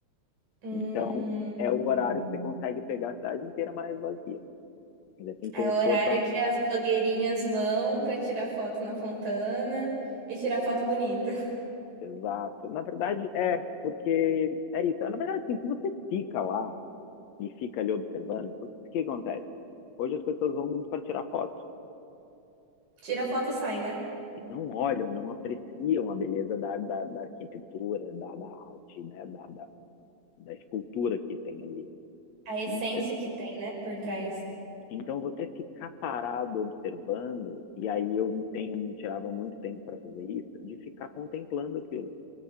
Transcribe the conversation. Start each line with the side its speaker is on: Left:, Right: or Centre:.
Right: Hum.
Left: Então, é o
Right: Hum.
Left: horário que você consegue pegar a cidade inteira mais vazia. Ainda tem que
Right: É
Left: ter um
Right: o
Left: esforço
Right: horário
Left: a
Right: que
Left: mais.
Right: as blogueirinhas vão pra tirar foto na Fontana e tirar foto bonita.
Left: Exato. Na verdade, é, porque é isso. Na verdade, assim, se você fica lá e fica ali observando, porque o que acontece? Hoje as pessoas vão muito para tirar foto.
Right: Tira foto e sai, né?
Left: e não olham, não apreciam a beleza da, da, da arquitetura, da, da arte, né? da, da, da escultura que tem ali.
Right: A essência
Left: Então,
Right: que tem, né, por trás.
Left: então, você ficar parado observando, e aí eu tenho, tirava muito tempo para fazer isso, de ficar contemplando aquilo.